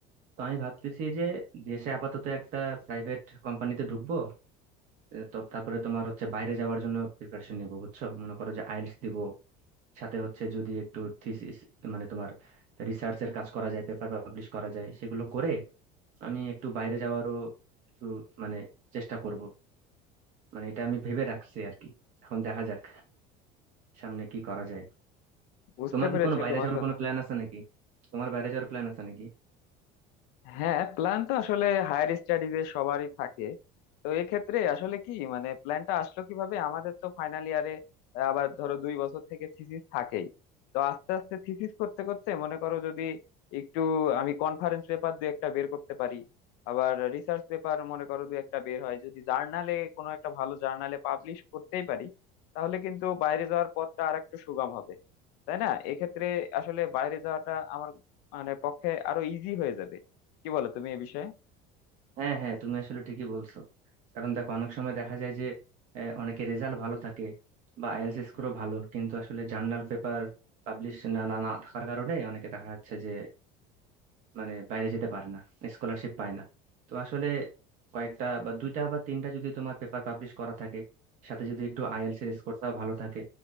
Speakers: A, on the right; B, on the left.
A: তো আমি ভাবতেছি যে দেশে আপাতত একটা প্রাইভেট কোম্পানিতে ঢুকবো এ, তো তারপরে তোমার হচ্ছে বাইরে যাওয়ার জন্য প্রিপারেশন নিবো বুঝছো মনে করো যে আইএলটিএস দিব সাথে হচ্ছে যদি একটু থিসিস মানে তোমার রিসার্চের কাজ করা যায় পেপার পাবলিশ করা যায় সেগুলো করে আমি একটু বাইরে যাওয়ারও একটু মানে চেষ্টা করব মানে এটা আমি ভেবে রাখছি আর কি এখন দেখা যাক সামনে কি করা যায়
B: বুঝতে
A: তোমার
B: পেরেছি
A: কি কোনো বাইরে
B: তোমার
A: যাওয়ার
B: কথা
A: কোনো প্ল্যান আছে নাকি তোমার বাইরে যাওয়ার প্ল্যান আছে নাকি
B: হ্যাঁ প্ল্যান তো আসলে হায়ার স্টাডিজ এ সবারই থাকে তো এক্ষেত্রে আসলে কি মানে প্ল্যানটা আসলো কিভাবে আমাদের তো ফাইনাল ইয়ারে আবার ধরো দুই বছর থেকে থিসিস থাকেই তো আস্তে আস্তে থিসিস করতে করতে মনে করো যদি একটু আমি কনফারেন্স পেপার দু একটা বের করতে পারি আবার রিসার্চ পেপার মনে করো দু একটা বের হয় যদি জার্নালে কোনো একটা ভালো জার্নালে পাবলিশ করতেই পারি তাহলে কিন্তু বাইরে যাওয়ার পথটা আর একটু সুগম হবে তাই না এক্ষেত্রে আসলে বাইরে যাওয়াটা আমার মানে পক্ষে আরো ইজি হয়ে যাবে কি বলো তুমি এ বিষয়ে
A: হ্যাঁ হ্যাঁ তুমি আসলে ঠিকই বলছো কারণ দেখো অনেক সময় দেখা যায় যে আহ, অনেকে রেজাল্ট ভালো থাকে বা আইএলটিএস স্কোরও ভালো কিন্তু আসলে জার্নাল পেপার পাবলিশ না না না থাকার কারণে অনেকে দেখা যাচ্ছে যে মানে বাইরে যেতে পারে না স্কলারশিপ পায় না তো আসলে কয়েকটা বা দুইটা বা তিনটা যদি তোমার পেপার পাবলিশ করা থাকে সাথে যদি একটু আইএলটিএস এর স্কোরটাও ভালো থাকে